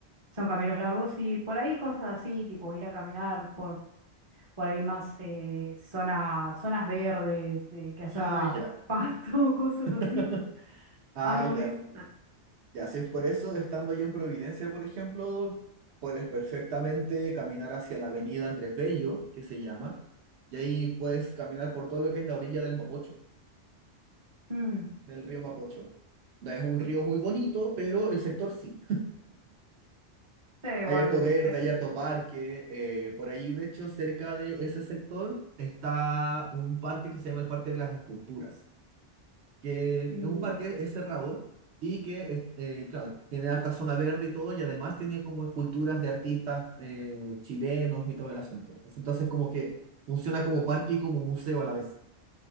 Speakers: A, on the right (about 30°); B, on the right (about 70°).
A: son caminos largos, y por ahí cosas así, tipo ir a caminar por por ahí más eh, zona- zonas verdes, eh, que haya
B: Ah, ya.
A: pasto, <laughs> cosas
B: <laughs>
A: así,
B: Ah,
A: árboles.
B: ya.
A: Ah,
B: Ya, si es por eso, estando ahí en Providencia, por ejemplo, puedes perfectamente caminar hacia la avenida Andrés Bello, que se llama, y ahí puedes caminar por todo lo que es la orilla del Mapocho,
A: mm,
B: del río Mapocho. No es un río muy bonito, pero el sector sí.
A: sí,
B: Hay
A: bueno,
B: harto verde,
A: de- es,
B: hay harto parque. eh, por ahí, de hecho, cerca de ese sector está un parque que se llama el Parque de las Esculturas. que es
A: eh,
B: un parque, es cerrado y que, es- eh, claro, tiene harta zona verde y todo, y además tiene como esculturas de artistas eh, chilenos y todo el asunto. Entonces, como que funciona como parque y como museo a la vez,